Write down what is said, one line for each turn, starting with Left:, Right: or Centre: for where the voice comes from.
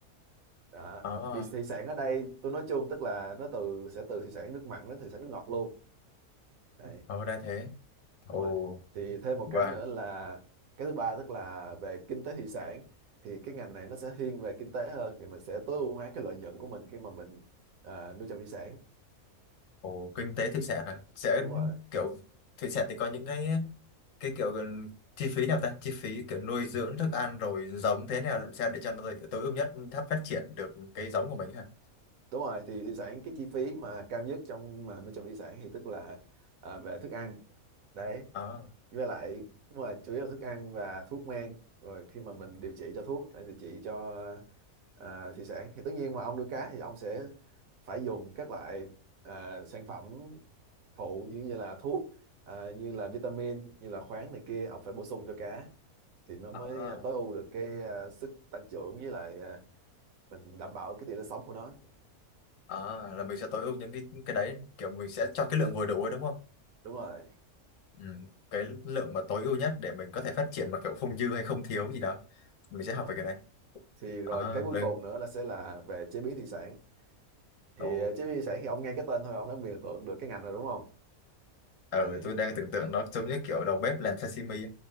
Right: đó
Left: ờ
Right: thì thủy sản ở đây tôi nói chung tức là nó từ sẽ từ thủy sản nước mặn đến thủy sản nước ngọt luôn đấy
Left: ờ ra thế ồ
Right: đúng rồi thì thêm một
Left: và
Right: cái nữa là cái thứ ba tức là về kinh tế thủy sản thì cái ngành này nó sẽ thiên về kinh tế hơn thì mình sẽ tối ưu hóa cái lợi nhuận của mình khi mà mình à, nuôi trồng thủy sản
Left: ồ kinh tế thủy sản à sẽ
Right: đúng rồi
Left: kiểu thủy sản thì có những cái cái kiểu gần- chi phí nào ta chi phí kiểu nuôi dưỡng thức ăn rồi giống thế nào làm sao để cho nó tối tối ưu nhất thấp phát triển được cái giống của mình ha
Right: đúng rồi thì thủy sản cái chi phí mà cao nhất trong mà nuôi trồng thủy sản thì tức là à, về thức ăn đấy
Left: à,
Right: với lại nhưng mà chủ yếu là thức ăn và thuốc men rồi khi mà mình điều trị cho thuốc để điều trị cho à, thủy sản thì tất nhiên mà ông nuôi cá thì ông sẽ phải dùng các loại à, sản phẩm phụ như như là thuốc à, như là vitamin như là khoáng này kia ông phải bổ sung cho cá thì nó mới
Left: à,
Right: tối ưu được cái à, sức tăng trưởng với lại à, mình đảm bảo cái tỷ lệ sống của nó
Left: à, là mình sẽ tối ưu những cái cái đấy kiểu mình sẽ cho cái lượng vừa đủ ấy đúng không
Right: đúng rồi
Left: ừ, cái lượng mà tối ưu nhất để mình có thể phát triển mà kiểu không dư hay không thiếu gì đó mình sẽ học
Right: đúng rồi
Left: về cái đấy
Right: thì rồi
Left: à
Right: cái cuối
Left: lưng
Right: cùng nữa là sẽ là về chế biến thủy sản thì
Left: ồ
Right: ờ, chế biến thủy sản thì ông nghe cái tên thôi ông đã mường tượng được cái ngành rồi đúng không
Left: ừ,
Right: đấy
Left: tôi đang tưởng tượng nó giống như kiểu đầu bếp làm sashimi